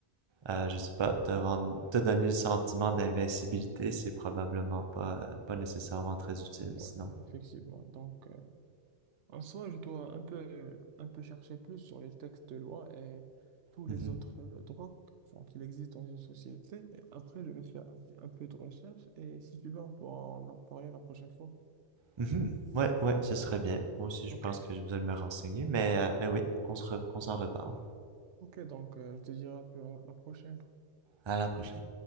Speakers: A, on the right; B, on the right.
A: euh, je sais pas, te rendre, te donner le sentiment d'invincibilité, c'est probablement pas, pas nécessairement très utile,
B: ouais,
A: sinon.
B: effectivement. Donc, euh, en soi, je dois un peu, un peu chercher plus sur les textes de loi et tous
A: Mhm.
B: les autres euh, drogues enfin, qu'il existe dans une société. Et après, je vais faire un, petit- un peu de recherche et si tu veux, on pourra en en parler la prochaine fois.
A: Mhm. Ouais, ouais, ce serait bien. Moi aussi,
B: OK?
A: je pense que j'ai besoin de me renseigner, mais, euh, mais oui, on se re- on s'en reparle.
B: OK, donc, euh, je te dirai à la la prochaine.
A: À la prochaine.